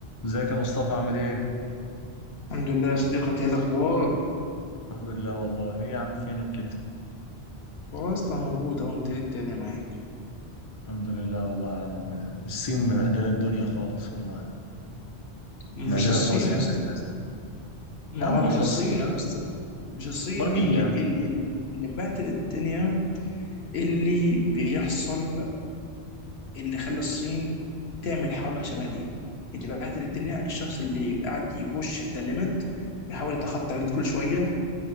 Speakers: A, on the left; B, on the left.
A: ازيك يا مصطفى عامل ايه؟
B: الحمد لله يا صديقي انت ايه الاخبار
A: الحمد لله والله ايه يا عم فينك كده؟
B: والله يا اسطى موجود اهو انت ايه الدنيا معاك
A: الحمد لله والله يا عم الصين مبهدلة الدنيا خالص والله
B: مش
A: مبهدلة
B: الصين
A: خالص في
B: يا
A: البودكاست
B: اسطى ما
A: يا
B: هو
A: عم والله
B: مش الصين
A: الصين
B: يا اسطى مش الصين
A: امال
B: اللي
A: مين يا عم؟
B: اللي اللي اللي مبهدل الدنيا اللي بيحصل اللي خلى الصين تعمل حركه شبه دي اللي بهدل الدنيا الشخص اللي يبقى قاعد يبوش ذا ليميت بيحاول يتخطى الليميت كل شويه